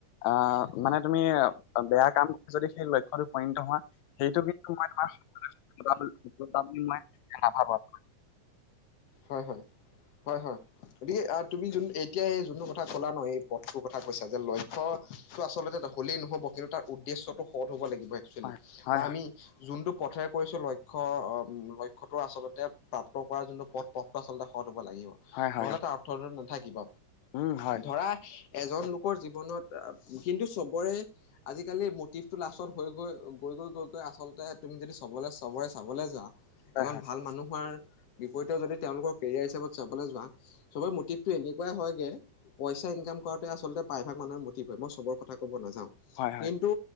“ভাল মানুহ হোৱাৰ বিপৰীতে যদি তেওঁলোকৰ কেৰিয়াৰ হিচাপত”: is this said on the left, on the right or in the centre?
Left